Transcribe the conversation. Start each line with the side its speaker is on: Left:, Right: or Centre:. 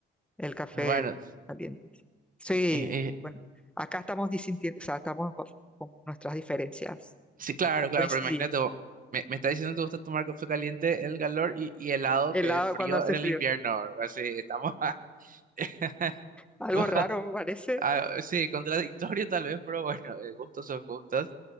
Centre: el café
Right: bueno.
Centre: caliente. Sí,
Right: Eh, eh,
Centre: bueno, acá estamos disintiendo, o sea, estamos bas- con nuestras diferencias,
Right: Sí, claro,
Centre: no
Right: claro,
Centre: coinciden.
Right: pero imagínate, vos, me, me está diciendo que te gusta tomar café caliente en el calor y, y helado
Centre: Helado
Right: que es frío
Centre: cuando hace
Right: en el
Centre: frío.
Right: invierno. Así estamos. <laughs>
Centre: Algo
Right: bajo-
Centre: raro, parece.
Right: ah, sí, contradictorio tal vez, pero bueno, eh, gustos son gustos.